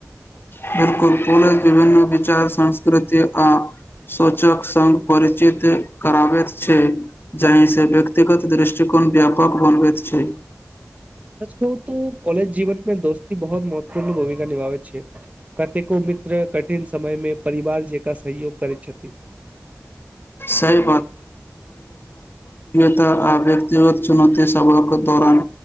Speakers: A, on the left; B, on the right.
A: बिलकुल पल विभिन्न विचार संस्कृति आ सोचक संघ परिचित कराबेत छै जाहिसँ व्यक्तिगत दृष्टिकोण व्यापक बनबैत छै
B: सच कह त कॉलेज जीवन मे दोस्त बहुत महत्वपूर्ण भूमिका निभाबै छै कतेको मित्र कठिन समय मे परिवार जेका स सहयोग करै छथि
A: सही ऽ आ व्यक्तिगत चुनौती सभा के दौरान